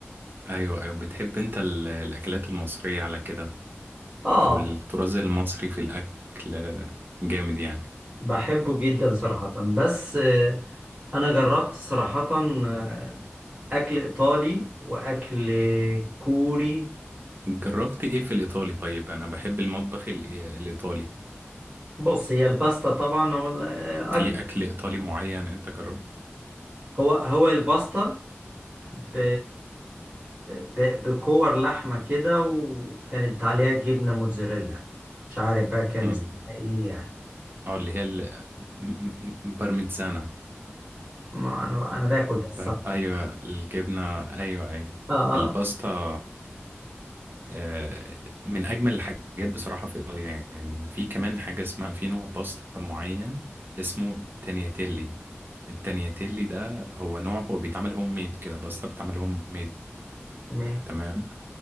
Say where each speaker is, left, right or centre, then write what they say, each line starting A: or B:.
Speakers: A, on the right; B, on the right.
A: ايوه ايوه بتحب انت ال- الاكلات المصرية على كده
B: آه
A: او الطراز المصري في الاكل آه، جامد يعني
B: بحبه جدا صراحة بس آه، أنا جربت صراحة آه، أكل إيطالي وأكل كوري
A: جربت ايه في الايطالي طيب انا بحب المطبخ ال- الايطالي
B: بص هي الباستا طبعا هو الأكل
A: في اكل ايطالي معين انت جربت
B: هو هو الباستا ب... ب... بكور لحمة كده وكانت عليها جبنة موتزاريلا مش عارف بقى كان
A: امم
B: اسمها إيه يعني
A: اه اللي هي ال- م- م- بارميزانا
B: ما أنا أنا باكل
A: بر...
B: بس <laughs> صراحة
A: ايوه الجبنة ايوه ايوه
B: آه آه.
A: الباستا آه، من اجمل الحاجات بصراحه في ايطاليا يعني في كمان حاجه اسمها في نوع باستا معين اسمه تانياتيلي التانياتيلي ده هو نوع هو بيتعمل هوم ميد كده باستا بتعمل هوم ميد
B: تمام
A: تمام